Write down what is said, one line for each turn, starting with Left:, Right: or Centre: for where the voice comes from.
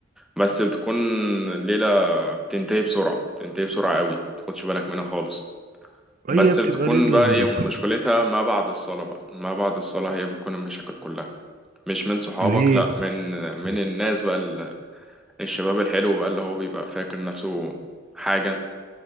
Centre: بس بتكون الليلة بتنتهي بسرعة بتنتهي بسرعة قوي متاخدش بالك منها خالص
Right: هي
Centre: بس
Right: بتبقى
Centre: بتكون
Right: ليلة
Centre: بقى ايه
Right: ظريفة
Centre: مشكلتها ما بعد الصلاة بقى ما بعد الصلاة هي بتكون المشاكل كلها مش من صحابك
Right: ليه
Centre: لأ من من
Right: مم.
Centre: الناس بقى ال- الشباب الحلو بقى اللي هو بيبقى فاكر نفسه حاجة